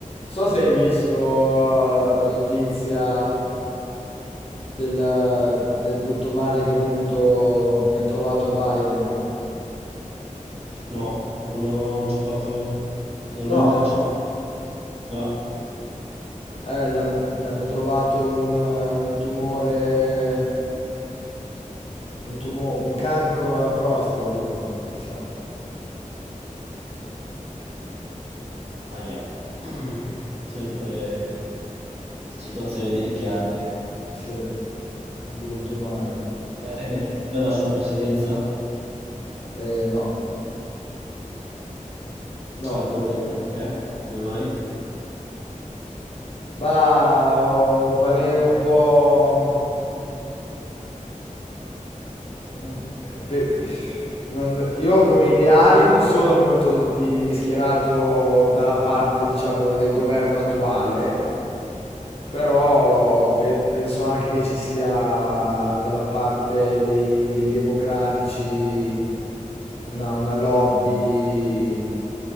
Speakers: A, on the left; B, on the right.
A: So se hai visto uh, la notizia del, del brutto male che è venuto, che hanno trovato a Biden.
B: No, non ho, non ci ho fatto, non
A: No,
B: l'ho intercettato. No,
A: eh, gli han- gli hanno trovato un, eh, un tumore, un tumo- un cancro alla prostata, tipo, mi sa.
B: aia. <clears throat> Mm. Sempre situazioni delicate.
A: Sì, un brutto male.
B: Te- Ti È piaciuta la sua presidenza?
A: Eh, no, no.
B: Argomenta perché? Come mai?
A: Bah, ho un parere un po'... mm, un- pe- pe- non- io come ideali non sono molto di- schierato dalla parte, diciamo, del governo attuale, però pe- penso anche che ci sia dalla parte dei, dei democratici una, una lobby,